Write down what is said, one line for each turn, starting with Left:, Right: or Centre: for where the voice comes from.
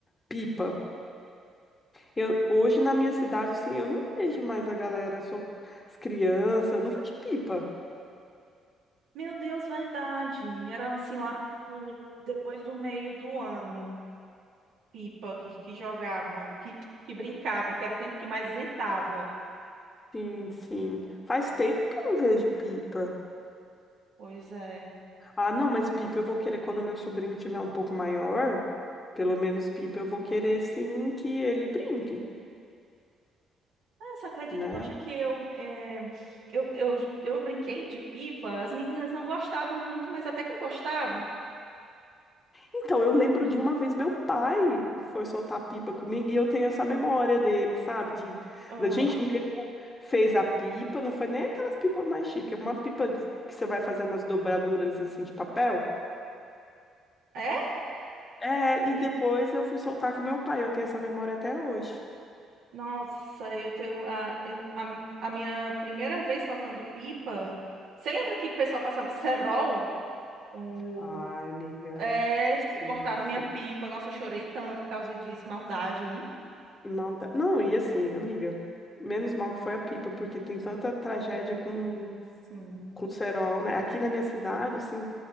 Left: pipa. Eu, hoje na minha cidade, assim, eu não vejo mais a galera, sou, as crianças, não vejo pipa.
Right: Meu Deus, verdade. Era assim lá pro- depois do meio do ano, pipa que, que jogavam, que, que brincavam, que era o tempo que mais ventava.
Left: Sim, sim. Faz tempo que eu não vejo pipa.
Right: Pois é.
Left: Ah, não, mas pipa eu vou querer quando meu sobrinho tiver um pouco maior, pelo menos pipa eu vou querer, sim, que ele brinque,
Right: Ah, Você acredita
Left: né?
Right: que hoje que eu, eh, eu, eu, eu brinquei de pipa? As meninas não gostavam muito, mas até que eu gostava.
Left: Então, eu lembro de uma vez meu pai foi soltar pipa comigo e eu tenho essa memória dele, sabe? De,
Right: Aham.
Left: da gente mesmo fez a pipa, não foi nem aquelas pipas mais chiques, é uma pipa que você vai fazendo as dobraduras assim de papel.
Right: É?
Left: É, e depois eu fui soltar com meu pai, eu tenho essa memória até hoje.
Right: Nossa, eu tenho a, eu- a, a minha primeira vez soltando pipa. Você lembra que o pessoal passava cerol? O,
Left: Ai, amiga,
Right: é,
Left: sim,
Right: cortaram minha
Left: sim.
Right: pipa. Nossa, eu chorei tanto por causa disso. Maldade, hein?
Left: Maldade. Não, e assim, amiga, menos mal que foi a pipa, porque tem tanta tragédia com,
Right: Sim,
Left: com o cerol, né? Aqui na minha cidade, assim.